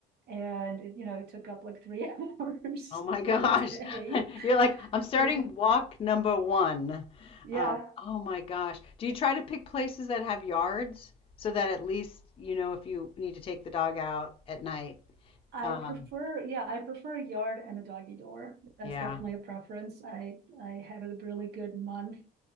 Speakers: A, on the right; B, on the left.
A: And it, you know, it took up like three <laughs> hours
B: Oh my gosh.
A: of the day.
B: <laughs> You're like, I'm starting
A: And
B: walk number one.
A: Yeah,
B: Um, oh my gosh. Do you try to pick places that have yards so that at least you know if you need to take the dog out at night?
A: I
B: Um,
A: prefer, yeah, I prefer a yard and a doggy door. That's
B: yeah,
A: definitely a preference. I I had a really good month